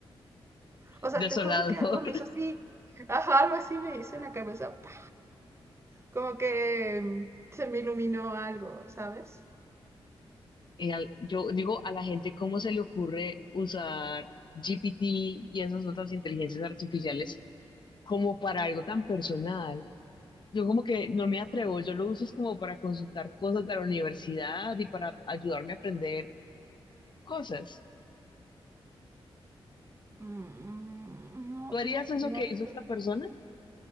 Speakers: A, on the right; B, on the left.
A: o sea,
B: desolador.
A: te juro que algo me hizo así, ajá, algo así me hizo en la cabeza, ¡pah! como que mm, se me iluminó algo, ¿sabes?
B: eh, al- yo digo a la gente cómo se le ocurre usar GPT y esas otras inteligencias artificiales como para algo tan personal. Yo como que no me atrevo, yo lo uso es como para consultar cosas de la universidad y para ayudarme a aprender cosas.
A: Mm, No,
B: ¿Tú harías
A: no,
B: eso
A: no,
B: que hizo
A: te-
B: esta persona?